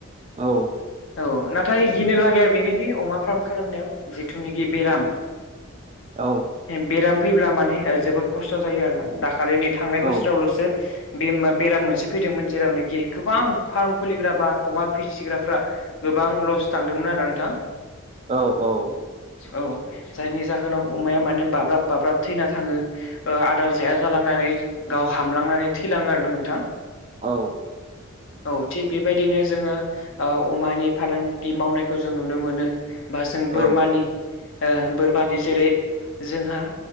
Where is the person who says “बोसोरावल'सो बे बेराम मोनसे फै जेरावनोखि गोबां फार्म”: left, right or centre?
Left